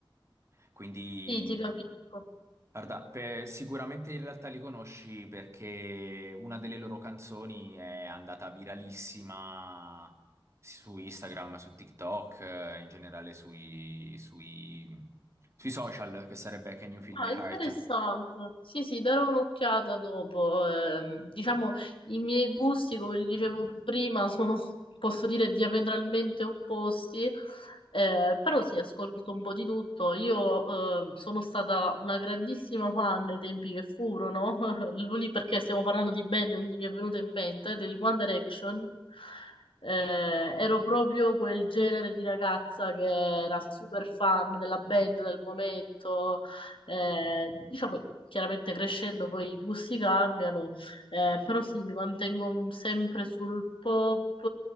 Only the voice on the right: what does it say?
Quindi.
Guarda, per- sicuramente in realtà li conosci perché una delle loro canzoni è andata viralissima su Instagram, su TikTok, eh, in generale sui, sui- sui social, che sarebbe Can You Feel
My Heart?